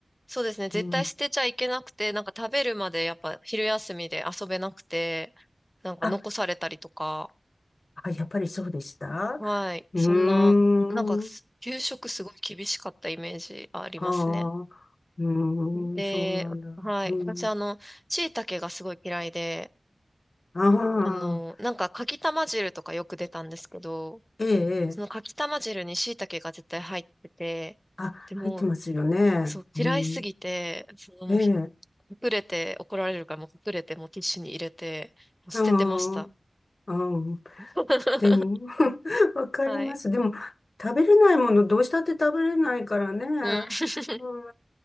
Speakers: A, in the centre; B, on the left (about 60°).
A: そうですね。絶対捨てちゃいけなくて、
B: うん。
A: なんか食べるまでやっぱ昼休みで遊べなくて、なんか残されたりとか、
B: あ、あ、やっぱりそうでした。
A: はい。
B: うーん。
A: そんな、なんかす、給食すごい厳しかったイメージありますね。
B: ああ、うーん、
A: で、
B: そうなんだ。
A: はい。
B: うん。
A: 私あの、しいたけがすごい嫌いで、
B: ああ、
A: あの、なんかかきたま汁とかよく出たんですけど、
B: ええ、ええ。
A: そのかきたま汁にしいたけが絶対入ってて、
B: あ、
A: でも、
B: 入ってますよね。
A: そう、
B: うん。
A: 嫌いすぎて、そのもう
B: ええ、
A: 隠れて怒られるから、もう隠れて、もうティッシュに入れて、もう捨ててました。
B: ああ、ああ、
A: <laughs>
B: でも、<laughs> わかります。
A: はい。
B: でも、食べれないもの、どうしたって食べれないからね。
A: うん。<laughs>
B: うん